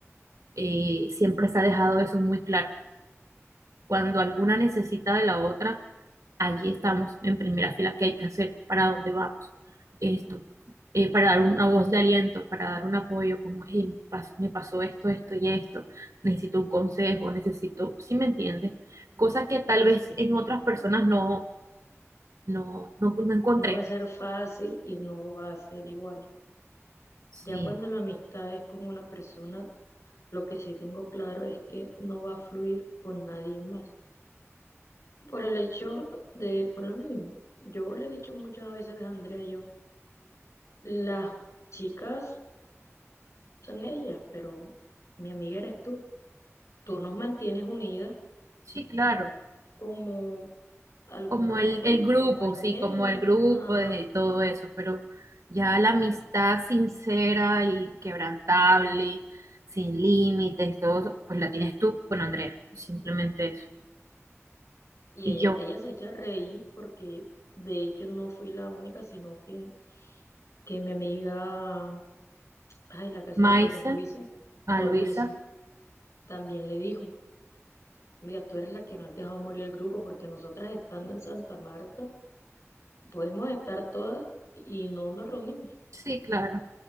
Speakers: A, on the right (about 80°); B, on the left (about 75°).
A: eh, siempre se ha dejado eso muy claro. Cuando alguna necesita de la otra, allí estamos en primera fila, qué hay que hacer, para dónde vamos, esto. eh, para dar una voz de aliento, para dar un apoyo, como, "Hey, pas- me pasó esto, esto y esto, necesito un consejo, necesito, si me entiendes? Cosa que tal
B: Sí,
A: vez
B: sí, te entiendo,
A: en otras personas
B: mi amor.
A: no, no, no, no encontré.
B: No va a ser fácil y no va a ser igual.
A: Sí,
B: Ya cuando la amistad es con una persona Lo que sí tengo claro es que no va a fluir con nadie más. Por el hecho de, por lo mínimo, yo le he dicho muchas veces a Andrea y yo, las chicas son ellas, pero mi amiga eres tú. Tú nos mantienes unidas
A: sí, claro.
B: como alguna
A: Como
B: vez
A: el,
B: fuimos
A: el grupo,
B: compañeras.
A: sí, como el grupo
B: Ajá.
A: de todo eso, pero ya la amistad sincera y quebrantable, sin límites, todo eso, pues la tienes tú con Andrea, simplemente eso.
B: Y
A: Y
B: ella,
A: yo,
B: ella se echa a reír porque de hecho no fui la única, sino que, que mi amiga, ay, la que hace
A: Maisa,
B: los bolsos, Luisa,
A: a
B: no,
A: Luisa.
B: Luisa, también le dijo. Mira, tú eres la que no has dejado morir el grupo porque nosotras estando en Santa Marta podemos estar todas y no nos reunimos
A: Sí, claro,